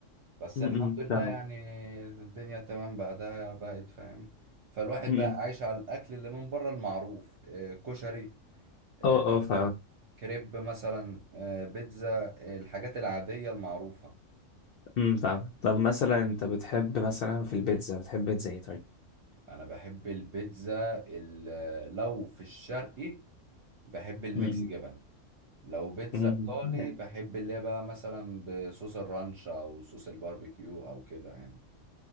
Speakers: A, on the right; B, on the left.
A: بس
B: م-
A: الحمد
B: م-
A: لله
B: فاهمك
A: يعني الدنيا تمام بقى ده بقت فاهم فالواحد
B: م- م.
A: بقى عايش على الاكل اللي من بره المعروف آه، كشري آه،
B: اه اه فاهم
A: كريب مثلا آه، بيتزا آه، الحاجات العادية المعروفة
B: م- فاهم طب مثلا انت بتحب مثلا في البيتزا بتحب بيتزا ايه طيب
A: انا بحب البيتزا ال- لو في الشرقي بحب الميكس
B: م-
A: جبن لو بيتزا
B: مم.
A: ايطالي
B: م.
A: بحب اللي هي بقى مثلا بصوص الرانش او صوص الباربيكيو او كده يعني